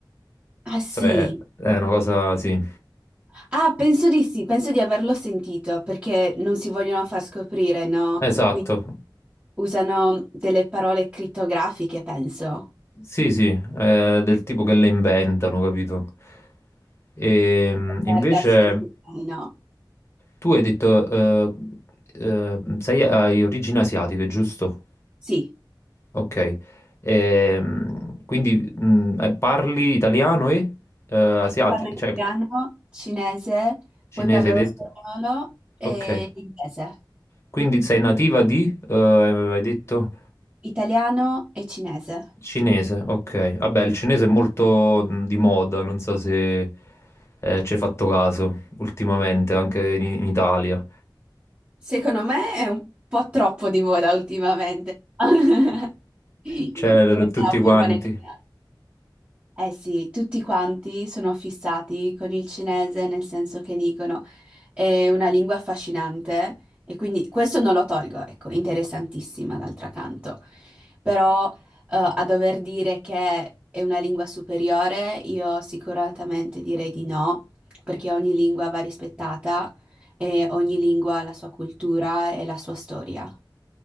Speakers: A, on the right; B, on the left.
A: Ah sì,
B: Cioè, è una cosa, sì,
A: ah penso di sì, penso di averlo sentito perché non si vogliono far scoprire, no?
B: esatto,
A: Qui usano delle parole crittografiche, penso,
B: sì, sì, è del tipo che le inventano, capito? E mh,
A: per
B: invece
A: darsi dei segnali, no?
B: tu hai detto, eh, eh, sei, hai origini asiatiche, giusto?
A: Sì,
B: Ok, E, mh, quindi mh, eh, parli italiano e asiatico,
A: parlo italiano,
B: cioè
A: cinese,
B: cinese
A: poi parlo
B: hai detto?
A: lo spagnolo e
B: Ok,
A: inglese,
B: quindi sei nativa di, eh, hai detto?
A: italiano e cinese.
B: Cinese, ok. Vabbè, il cinese è molto mh, di moda, non so se eh, ci hai fatto caso ultimamente, anche in, in Italia.
A: Secondo me è un po' troppo di moda ultimamente. <laughs> <laughs> Questa
B: C'è l- tutti
A: è l'opinione
B: quanti.
A: mia. Eh sì, tutti quanti sono fissati con il cinese nel senso che dicono è una lingua affascinante e quindi questo non lo tolgo, ecco, interessantissima d'altro canto. Però eh, a dover dire che è una lingua superiore, io sicuramente direi di no, perché ogni lingua va rispettata e ogni lingua ha la sua cultura e la sua storia.